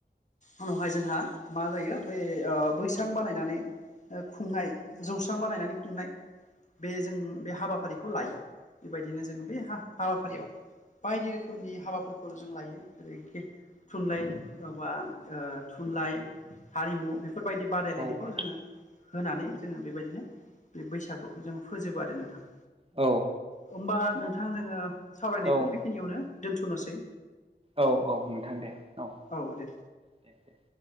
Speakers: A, on the left; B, on the right.
A: उनावहाय जोंहा माजायो बैस स्रां बानायनानै खुंनाय जौस्रां बानायनानै खुंनाय बे जों बे हाबाफारिखौ लायो बेबायदिनो जों बे हा हाबाफारियाव बायदि रोखोमनि हाबाफोरखौ जों लायो जेरै थुनलाइ माबा ओ थुनलाइ हारिमु बे बेफोरबायदि बादायलायनायखौ
B: औ औ
A: जोङो होनानै जोङो बेबायदिनो बे बैसागुखौ जोङो फोजोबो आरो नोंथां।
B: औ
A: होमबा नोंथां जोङो सावरायनायखौ
B: औ
A: बेखिनियावनो दोनथ'नोसै?
B: औ-औ नोंथां दे औ।
A: औ दे।
B: दे-दे